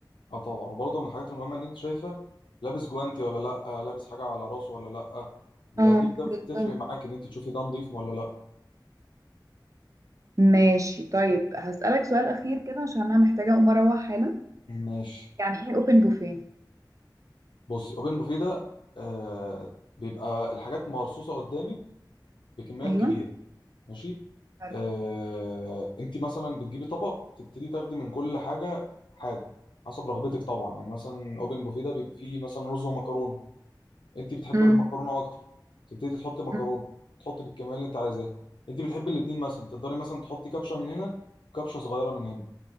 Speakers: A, on the left; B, on the right.
A: اه طبعا وبرضه من الحاجات المهمه ان انت شايفه لابس جوانتي ولا لا لابس حاجه على راسه ولا لا ده
B: اه
A: دي بتف-
B: بالظبط
A: بتفرق معاك ان انت تشوفي ده نظيف ولا لا
B: ماشي طيب هسألك سؤال أخير كده عشان أنا محتاجة أقوم أروح حالا
A: ماشي
B: يعني إيه أوبن بوفيه؟
A: بصي اوبن بوفيه ده آه بيبقى الحاجات مرصوصه قدامك بكميات
B: أيوه
A: كبيره ماشي
B: حلو
A: آه انت مثلا بتجيبي طبق تبتدي تاخدي من كل حاجه حاجه حسب رغبتك طبعا يعني مثلا اوبن بوفيه ده بيبقى فيه مثلا رز ومكرونه انت بتحب
B: مم.
A: المكرونه اكتر تبتدي تحطي مكرونه
B: مم.
A: تحطي بالكميه اللي انت عايزاها انت بتحبي الاتنين مثلا تقدري مثلا تحطي كبشه من هنا وكبشه صغيره من هنا